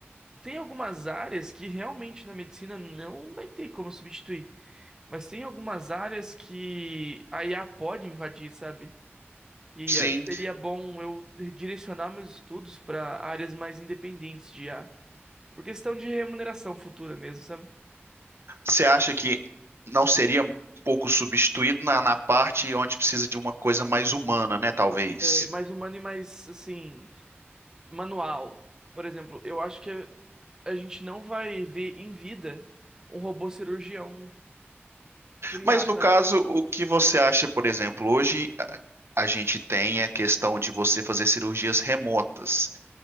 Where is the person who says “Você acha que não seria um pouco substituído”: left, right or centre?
Right